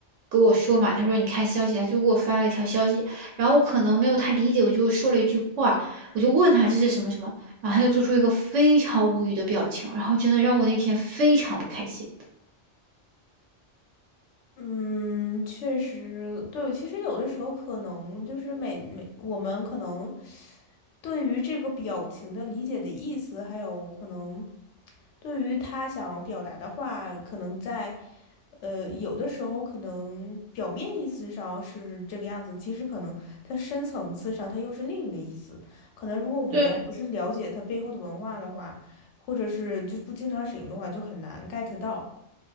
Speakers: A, on the right; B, on the left.
A: 跟我说嘛，他说你看消息，他就给我发了一条消息，然后我可能没有太理解，我就说了一句话，我就问他这是什么什么，然后他就做出一个非常无语的表情，然后真的让我那天非常不开心。
B: 嗯，确实，对，其实有的时候可能就是每每我们可能对于这个表情的理解的意思，还有可能对于他想表达的话，可能在呃有的时候可能表面意思上是这个样子，其实可能它深层次上它又是另一个意思。可能如果我们要不是了解它背后的文化的话，
A: 对，
B: 或者是就是不经常使用的话，就很难 get 到。